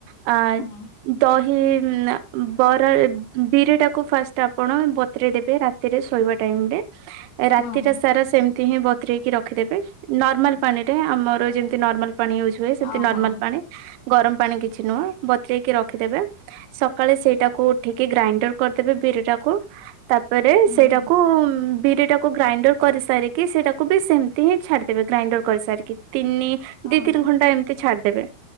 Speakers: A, on the right; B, on the left.
A: ଆ
B: ହଁ
A: ଦହି ବରା ବିରିଟାକୁ ଫାଷ୍ଟ ଆପଣ ବତୁରେଇ ଦେବେ ରାତିରେ ଶୋଇବା ଟାଇମରେ। ହ <unintelligible> ରାତିଟା
B: ହଁ ହଁ।
A: ସାରା ସେମିତି ହିଁ ବତୁରେଇକି ରଖିଦେବେ ନର୍ମାଲ ପାଣି ରେ ଆମର ଯେମିତି ନର୍ମାଲ ପାଣି ୟୁଜ୍ ହୁଏ
B: ହଁ
A: ନର୍ମାଲ
B: ହଁ
A: ପାଣି। ଗରମ ପାଣି କିଛି ନୁହଁ ବତରେଇକି ରଖିଦବେ ସକାଳେ ସେଇଟାକୁ ଉଠିକି ଗ୍ରାଇଣ୍ଡର କରିଦେବେ ବିରିଟାକୁ। ତାପରେ
B: ହୁଁ
A: ସେଇଟାକୁ
B: ହୁଁ
A: ବିରିଟାକୁ କୁ ଗ୍ରାଇଣ୍ଡର କରିସାରିକି ସେଇଟାକୁ ବି ସେମିତି ହିଁ ଛାଡିଦେବେ ଗ୍ରାଇଣ୍ଡର କରିସାରିକି। ତିନି ଦି
B: ହଁ
A: ତିନି
B: ହଁ
A: ଘଣ୍ଟା ଏମିତି ଛାଡିଦବେ।